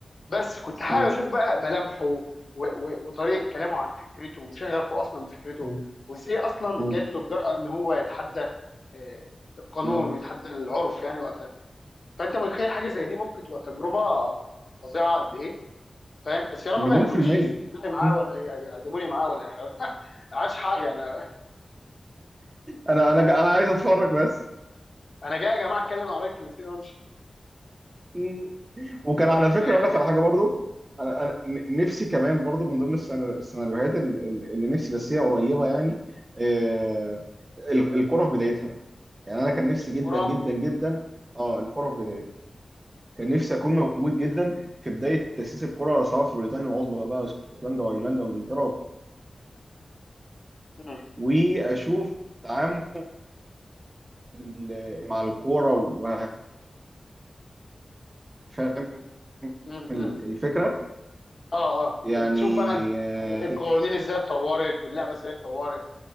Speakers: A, on the left (about 55°); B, on the right (about 30°).
A: بس كنت حابب
B: مم.
A: اشوف بقى ملامحه و- و- وطريقه كلامه عن فكرته وشغفه اصلا بفكرته
B: مم.
A: وازاي اصلا
B: مم.
A: جات له الجرأه ان هو يتحدى آه، القانون
B: مم.
A: ويتحدى العرف يعني وقتها فانت متخيل حاجه زي دي ممكن تبقى تجربه فظيعه قد ايه فاهم بس يا رب
B: مليون
A: ما ياخدونيش
B: في المية
A: يسجنوني معاه
B: مم.
A: ولا ي- يعدموني معاه ولا يحاولوا <laughs> ما عادش حاجه انا
B: انا انا انا عايز اتفرج بس
A: انا جاي يا جماعه اتكلم عن رايي كلمتين وامشي
B: مم. وكان على فكرة
A: آه،
B: اقول لك على حاجة برضو انا انا ن- نفسي كمان برضو من ضمن السينا- السيناريوهات ال- ال- اللي نفسي بس هي قريبة يعني آه، ال- الكرة في بدايتها يعني انا كان نفسي
A: الكره
B: جدا جدا جدا اه الكرة في بدايتها كان نفسي اكون موجود جدا في بدايه تاسيس الكره سواء في بريطانيا العظمى بقى اسكتلندا وايرلندا وانجلترا
A: مم.
B: واشوف تعامل ال- مع الكوره و فاهم
A: مم.
B: ال- الفكره
A: اه اه
B: يعني
A: تشوف بقى
B: آه،
A: القوانين ازاي اتطورت واللعبه ازاي اتطورت